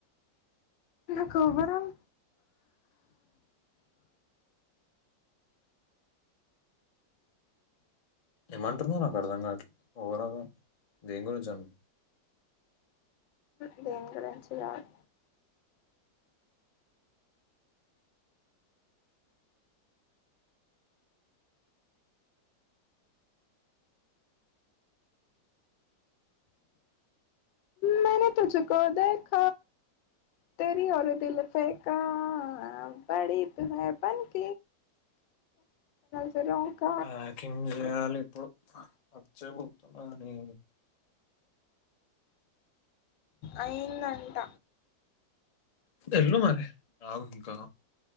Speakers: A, on the left; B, on the left.
A: నాకువరం
B: ఏమంటునారు నాకు అర్థంగాట్ల ఓవరాల్గా దేని గురించి అ
A: దెంగురించి కాదు మ తుజకు దాక తరి ర దలు ఫేకా బడి తహ పన క డ్రోన్క
B: ప్యాకింగ్ చేయాలి ఇప్పుడు మర్ చేయబతున్నాని
A: అయిందంట
B: ఎల్లు మరి ఆగు ఇంకా